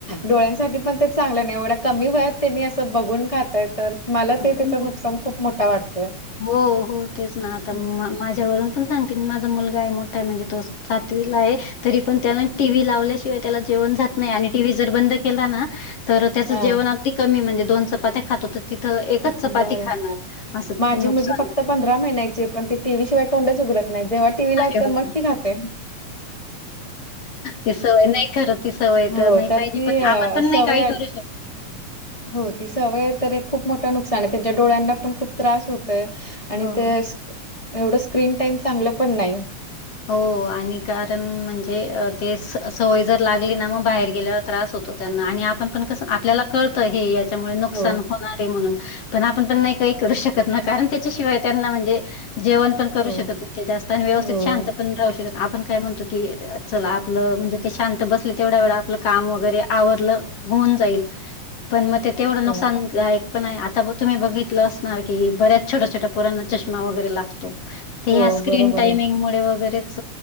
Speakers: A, on the left (about 20°); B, on the left (about 55°).
A: डोळ्यांसाठी पण ते चांगलं नाही एवढ्या कमी वयात त्यांनी असं बघून खातय तर. मला
B: हो.
A: ते त्याचं नुकसान खूप मोठा वाटतोय.
B: हो हो तेच ना आता
A: हं,
B: माझ्यावरून पण सांगते माझा मुलगा आहे मोठा. य म्हणजे तो सातवीला आहे. तरी पण त्यान टीव्ही लावल्याशिवाय त्याला जेवण जात नाही आणि टीव्ही जर बंद केला ना. तर त्याचं
A: हां.
B: जेवण अगदी कमी म्हणजे दोन चपात्या खातो तर तिथं एकच
A: अ,
B: चपाती
A: बरं.
B: खाणार असं.
A: माझी
B: नुकसान.
A: मुलगी फक्त पंधरा महिन्याची पण ती टीव्ही शिवाय तोंडच उघडत नाही जेव्हा टीव्ही लागते
B: अरे बापरे!
A: मग ती खाते.
B: ती सवय नाही खरं ती सवय
A: हो
B: नाही
A: तर
B: पाहिजे
A: ती
B: पण
A: अ
B: आपण पण
A: सवय.
B: नाही काही करू शकत.
A: हो ती सवय. तर खूप मोठं नुकसान आहे त्यांच्या डोळ्यांना पण खूप त्रास होतय आणि
B: हो.
A: ते. एवढं स्क्रीन टाइम चांगलं पण नाही.
B: हो आणि कारण म्हणजे ते सवय जर लागली ना मग बाहेर गेल्यावर. त्रास होतो त्यांना आणि आपण पण कसं आपल्याला कळतं हे याच्यामुळे नुकसान
A: हो,
B: होणारे म्हणून पण आपण पण नाही काही करू शकत ना कारण त्याच्याशिवाय त्यांना म्हणजे जेवण पण
A: हो,
B: करू शकत ते जास्त आणि व्यवस्थित
A: हो,
B: शांत शक आपण काय म्हणतो क च आपलं म्हणजे ते शांत बसले तेवढ्या वे आपलं काम वगैरे आवरलं होऊन जाईल पण मग ते तेवढं नुकसान
A: हो,
B: पण आता तुम्ही बघितलं असणार की बऱ्याच छोट्या छोट्या पोरांना चष्मा वगैरे लागतो. ते
A: हो
B: ह्या स्क्रीन
A: बरोबर
B: टायमिंग
A: आहे.
B: म वगैरेच